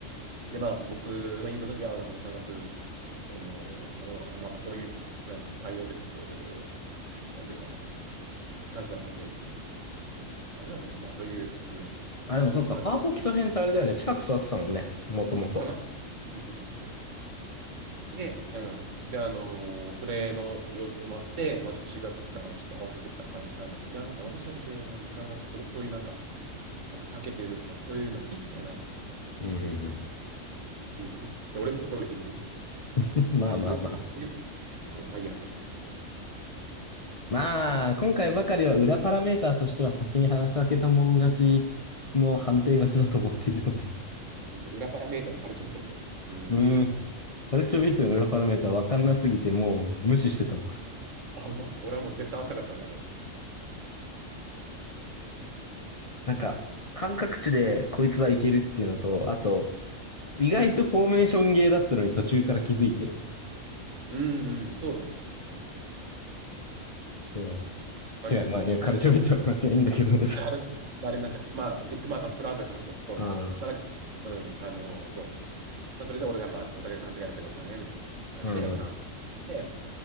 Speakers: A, on the right; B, on the left.
A: で、まあ、僕の言い分として、いや、なんか2、3月、その、ちょ、あんま、あんまそういう、なんか対応というか、こう、なんていうか、感じだったんで、みたいな感じだったというか、まあ、そういう、うん、
B: あ、でもそっか、
A: 感じ
B: パワポ基礎編ってあれだよね。近く座ってたもんね。もともと。
A: かな。そうそうそうそう。で、うん。で、あのーそれの様子もあって、まあ、ちょっと4月からちょっと合わせてった感じなんだけど、いや、なんか私は別に、あの、2、3月、そ、そういうなんか、なんか避けてるとか、そういうの一切ないみたいな。
B: <laughs> うんうん
A: あ、そうええで、俺もそこで、ええみたいな。
B: <laughs> まあまあまあ。
A: あれ、あれそう、まあいいや。
B: まあ、今回ばかりは裏パラメーターとしては先に話したけたもん勝ちの判定勝ちだと思っているので。
A: 裏パラメータのカルチョビットみたいですね。うん。
B: うーん。カルチョビットの裏パラメーターわかんなすぎてもう無視してたの。
A: あ、ほんま俺はもう絶対合わせたかったんだあれ。
B: なんか、感覚値でこいつはいけるっていうのと、あと、意外とフォーメーションゲーだったのに途中から気づいて。
A: うんうん、そうだね。
B: そ
A: 割とそう。
B: う。違う、まあ、いや、カルチョビットの話はいいんだけど。
A: 話すあれになっちゃう。まあ、そでまあ、あそれは後で話すとしそうね。
B: ああ、
A: まあ、なんか、うん、あのーそう。まあ、それで俺が、まあ、お互い勘違いだったことだね、みたいな感じで、
B: うんうん。
A: まあ、で、